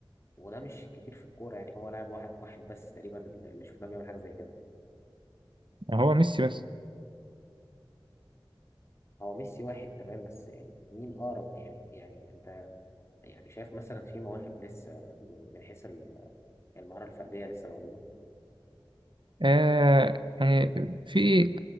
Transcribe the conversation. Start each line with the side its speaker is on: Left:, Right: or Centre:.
Left: وده مش كتير في الكورة يعني هو لاعب واحد واحد بس تقريبا اللي شفناه بيعمل حاجة زي كده
Right: هو ميسي بس
Left: هو ميسي واحد تمام بس يعني مين أقرب يعني يعني أنت يعني شايف مثلا في مواهب لسه من من حيث ال- المهارة الفردية لسه موجودة
Right: آه يعني في